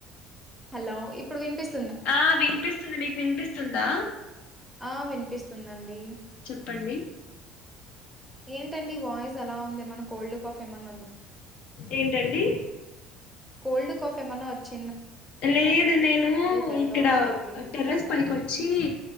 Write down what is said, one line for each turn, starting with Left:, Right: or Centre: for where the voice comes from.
Centre: హలో ఇప్పుడు వినిపిస్
Left: ఆ వినిపిస్తుంది మీక్ వినిపిస్తుందా
Centre: ఆ వినిపిస్తుందండి
Left: ప్పండి
Centre: ఏంటండి వాయిస్ అలా ఉంది ఏమైన్నా కోల్డ్ కాఫ్ ఏమైన్నా
Left: ఏంటండి
Centre: కోల్డ్ కాఫ్ ఏమన్నా వచ్చి
Left: లేదు నేను
Centre: డల్
Left: ఇక్కడ
Centre: గా ఉంటుంది
Left: టెర్రస్ పైకొచ్చి
Centre: హ్మ్.